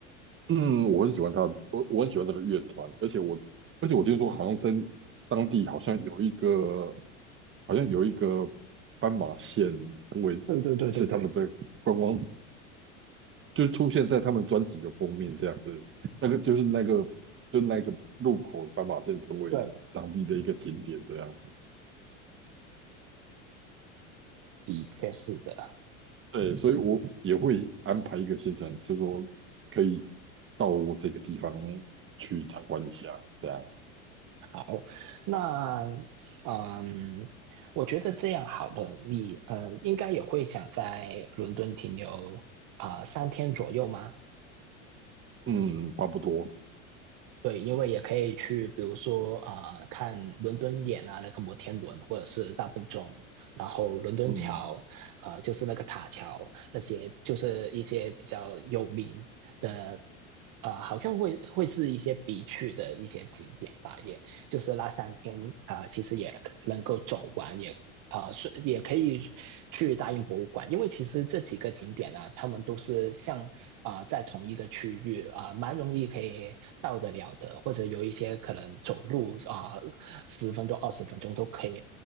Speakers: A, on the right; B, on the right.
A: 嗯，我很喜欢他，我我很喜欢这个乐团，而且我而且我听说好像在当地好像有一个。好像有一个斑马线成为是他们的观光，
B: 对对对对对
A: 就出现在他们专辑的封面这样子。那个就是那个就那个路口斑马线成为当地的一个景点这样子。
B: 对，的确是的。
A: 对，所以我也会安排一个行程，就说可以到这个地方去参观一下，这样。
B: 好，那嗯，我觉得这样好了，你呃应该也会想在伦敦停留啊、呃三天左右吗？
A: 嗯，差不多。
B: 对，因为也可以去，比如说啊、呃看伦敦眼啊，那个摩天轮，或者是大笨钟，然后伦敦桥，
A: 嗯
B: 啊，就是那个塔桥，那些就是一些比较有名的，啊，好像会会是一些必去的一些景点吧，也就是那三天啊、呃其实也能够走完，也啊、呃是也可以去大英博物馆，因为其实这几个景点呢、啊，他们都是像啊、呃在同一个区域啊、呃蛮容易可以到得了的，或者有一些可能走路啊十、1分钟、二十分钟都可以